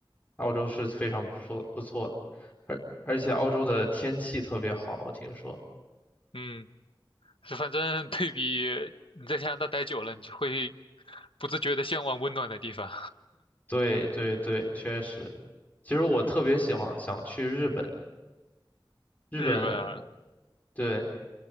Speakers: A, on the left (about 20°); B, on the left (about 80°).
A: 澳洲是非常不错不错的。而而且澳洲的天气特别好，我听说。
B: 嗯，是反正对比你在加拿大待久了，你就会不自觉的向往温暖的地方。
A: 对对对，确实。其实我特别喜欢想去日本，日本
B: 日本啊
A: 对。